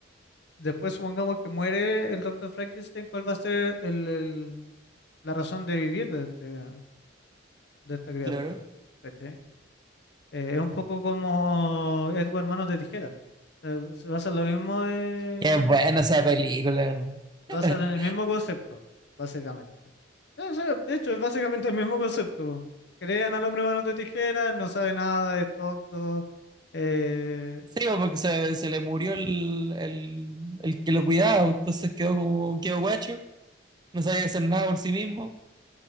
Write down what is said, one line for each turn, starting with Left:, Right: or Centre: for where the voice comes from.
Left: después supongamos que muere el doctor Frankenstein, ¿cuál va a ser el, el- la razón de vivir de, este- de esta criatura?
Right: claro.
Left: ¿Cachai? Eh, es un poco como Edward Manos de Tijera. Eh, se basa en lo mismo de-
Right: Qué es buena esa película.
Left: se
Right: <laughs>
Left: basa en el mismo concepto, básicamente. Eh, sí, de hecho, es básicamente el mismo concepto. Crean al hombre Manos de Tijera, no sabe nada, es tonto. eh,
Right: Sí, po, porque se, se le murió el, el, el que lo cuidaba, entonces quedó como, quedó guacho, no sabía hacer nada por sí mismo,